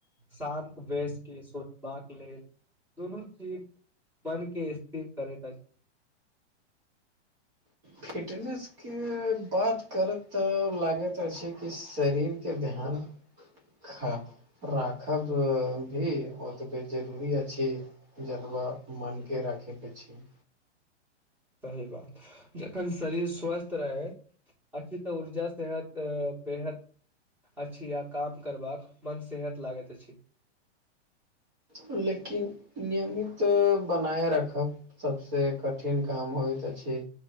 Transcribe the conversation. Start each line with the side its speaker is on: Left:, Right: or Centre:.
Centre: शान्त वेसके सोचबाक लेल दुनू चीज मन के स्थिर करैत अछि
Right: फिटनेसके बात करत तऽ लागैत अछि कि शरीरके ध्यान खाक राखब भी ओतऽ बे जरूरी अछि जतबा मन के राखेके छैय
Centre: सही बात जखन शरीर स्वस्थ रहै अच्छा तऽ ऊर्जा सेहतऽबेहद अछि आ काम करबाक मन सेहत लागैत अछि
Right: लेकिन नियमित बनाय रखब सबसे कठिन काम होइतऽ अछि